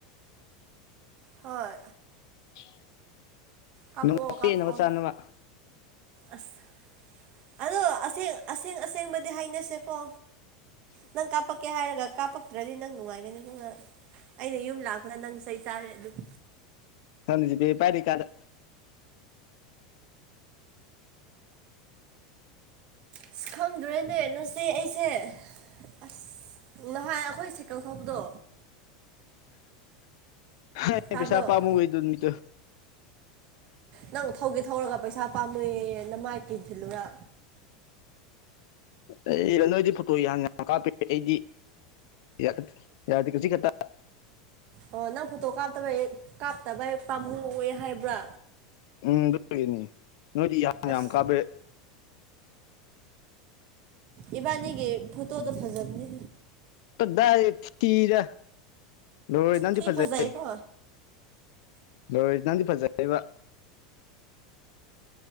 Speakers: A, on the right; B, on the left.
A: ꯍꯣꯏ
B: <unintelligible>
A: ꯀꯥꯞꯄꯛꯑꯣ
B: ꯅꯣꯡꯃ
A: ꯀꯞꯄꯛꯑꯣ
B: ꯄꯦꯟꯅꯕ ꯆꯥꯅꯕ
A: ꯑꯁ ꯑꯗꯣ ꯑꯁꯦꯡ ꯑꯁꯦꯡꯕꯗꯤ ꯍꯥꯏꯅꯁꯦꯀꯣ ꯅꯪ ꯀꯥꯄꯛꯀꯦ ꯍꯥꯔꯒ ꯀꯥꯄ ꯄꯛ ꯇ꯭ꯔꯗꯤ ꯅꯪ ꯅꯨꯡꯉꯥꯏꯒꯅꯤꯀꯣ ꯅꯪ ꯑꯩꯅ ꯌꯨꯝ ꯂꯥꯛꯄꯗ ꯅꯪ ꯆꯩ ꯆꯥꯔꯦ ꯑꯗꯨꯝ
B: <unintelligible> ꯖꯤꯄꯦ ꯄꯥꯏꯗ꯭ꯔꯤ ꯀꯥꯟꯗ
A: ꯑꯁ ꯈꯪꯗ꯭ꯔꯦꯅꯦ ꯅꯆꯦ ꯑꯩꯁꯦ ꯑꯁ ꯅꯍꯥꯟ ꯑꯩꯈꯣꯏ ꯁꯥꯏꯀꯜ ꯊꯧꯕꯗꯣ
B: <unintelligible>
A: ꯇꯥꯕ꯭ꯔꯣ
B: ꯄꯩꯁꯥ ꯄꯃꯨꯒ ꯇ ꯃꯤꯇ
A: ꯅꯪ ꯊꯧꯒꯦ ꯊꯧꯔꯒ ꯄꯩꯁꯥ ꯄꯥꯝꯃꯨꯏꯌꯦ ꯅꯃꯥꯏ ꯀꯤꯟ ꯊꯤꯜꯂꯨꯔ
B: <unintelligible> ꯄꯨꯠꯇꯣ ꯌꯥꯝ ꯌꯥꯝ ꯀꯥꯄꯦ ꯑꯩꯗꯤ ꯌꯥꯗꯦ ꯌꯥꯗꯦ ꯀꯖꯤꯛ ꯈꯛꯇ
A: ꯑꯣ ꯅꯪ ꯐꯣꯇꯣ ꯀꯥꯞꯇꯕꯩ ///////ꯍ ꯀꯥꯞꯇꯕ ꯍꯦꯛ ꯄꯥꯝꯃꯨꯑ ꯍꯥꯏꯕ꯭ꯔꯥ
B: ꯎꯝ ꯑꯗꯨꯒꯤꯅꯤ ꯅꯣꯏꯗꯤ ꯌꯥꯝ
A: ꯑꯁ
B: ꯌꯥꯝ ꯀꯥꯕꯦ
A: ꯏꯕꯥꯅꯤꯒꯦ ꯐꯨꯇꯣꯗ ꯐꯖꯕꯅꯤ
B: ꯗꯥꯏꯗꯩ ꯊꯤꯗ ꯂꯣꯏꯔꯦ ꯅꯪꯗꯤ
A: ꯊꯤ
B: ꯐꯖꯩ
A: ꯐꯖꯩꯀꯣ
B: ꯂꯣꯏꯔꯦ ꯅꯪꯗꯤ ꯐꯖꯩꯕ